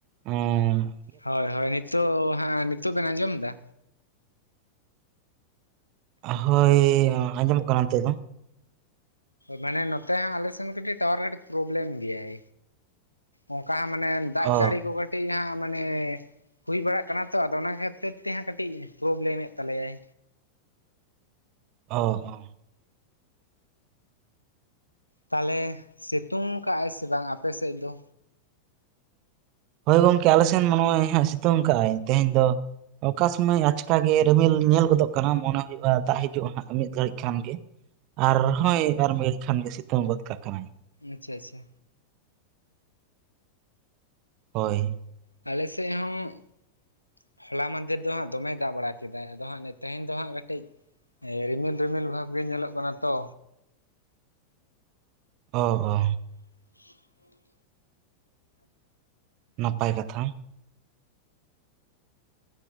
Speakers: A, on the right; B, on the left.
A: ᱦᱩᱸ
B: ᱦᱳᱭ ᱦᱳᱭ ᱱᱤᱛᱚᱜ ᱦᱮᱸ ᱱᱤᱛᱚᱜ ᱵᱮᱱ ᱟᱸᱡᱚᱢ ᱮᱫᱟ
A: ᱦᱳᱭ ᱟᱸᱡᱚᱢᱚᱠ ᱠᱟᱱᱟ ᱱᱤᱛᱚᱝ ᱫᱚ
B: ᱢᱟᱱᱮ ᱱᱚᱛᱮ ᱟᱞᱮᱥᱮᱱ ᱫᱚ ᱠᱟᱹᱴᱤᱡ ᱴᱟᱣᱟᱨ ᱠᱟᱹᱴᱤᱡ ᱯᱨᱚᱵᱞᱮᱢ ᱜᱮᱭᱟᱭ ᱚᱱᱠᱟ ᱢᱟᱱᱮ ᱫᱟᱜ
A: ᱚ
B: ᱡᱟᱹᱲᱤ ᱠᱚ ᱠᱟᱴᱤᱡ ᱠᱟᱹᱴᱤᱡ ᱦᱟᱸᱜ ᱢᱟᱱᱮ ᱦᱩᱭ ᱵᱟᱲᱟᱜ ᱠᱟᱱᱟ ᱛᱚ ᱚᱱᱟ ᱠᱷᱟᱹᱛᱤᱨ ᱛᱮ ᱦᱟᱸᱜ ᱠᱟᱹᱴᱤᱡ ᱯᱨᱚᱵᱞᱮᱢ ᱮᱫ ᱛᱟᱞᱮᱭᱟᱭ
A: ᱚ ᱚ
B: ᱛᱟᱦᱚᱞᱮ ᱥᱤᱛᱩᱝ ᱠᱟᱜᱼᱟᱭ ᱥᱮ ᱵᱟᱝ ᱟᱯᱮ ᱥᱮᱫ ᱫᱚ
A: ᱦᱳᱭ ᱜᱚᱢᱠᱮ ᱟᱞᱮ ᱥᱮᱱ ᱢᱟ ᱦᱟᱸᱜ ᱥᱤᱛᱩᱝ ᱠᱟᱜ ᱟᱭ ᱛᱮᱦᱮᱧ ᱫᱚ, ᱚᱠᱟ ᱥᱩᱢᱚᱭ ᱟᱪᱠᱟ ᱜᱮ ᱨᱤᱢᱤᱞ ᱧᱮᱞ ᱜᱚᱫᱚᱜ ᱠᱟᱱᱟ ᱢᱚᱱᱮ ᱦᱩᱭᱩᱜᱼᱟ ᱫᱟᱜ ᱦᱤᱡᱩᱜᱼᱟ ᱦᱟᱸᱜ ᱢᱤᱫ ᱜᱷᱟᱹᱲᱤᱡ ᱠᱷᱟᱱ ᱜᱮ᱾ ᱟᱨ ᱦᱚᱸᱭ ᱟᱨ ᱢᱤᱫ ᱠᱷᱟᱱ ᱜᱮ ᱥᱤᱛᱩᱝ ᱜᱚᱫ ᱠᱟᱜ ᱠᱟᱱᱟᱭ
B: ᱟᱪᱪᱷᱟ ᱟᱪᱪᱷᱟ
A: ᱦᱳᱭ
B: ᱟᱞᱮ ᱥᱮᱫ ᱦᱚᱸ ᱦᱚᱞᱟ ᱢᱟᱫᱷᱮᱨ ᱫᱚ ᱦᱟᱸᱜ ᱫᱚᱢᱮ ᱫᱟᱜ ᱵᱟᱲᱟ ᱠᱮᱫᱟᱭ ᱟᱫᱚ ᱦᱟᱸᱜ ᱛᱮᱦᱮᱧ ᱫᱚ ᱦᱟᱸᱜ ᱠᱟᱹᱴᱤᱡ ᱨᱤᱢᱤᱞ ᱨᱤᱢᱤᱞ ᱵᱷᱟᱵᱽ ᱜᱮ ᱧᱮᱞᱚᱜ ᱠᱟᱱᱟ ᱛᱚ
A: ᱚ ᱚ
B: <inaudible>
A: ᱱᱟᱯᱟᱭ ᱠᱟᱛᱷᱟ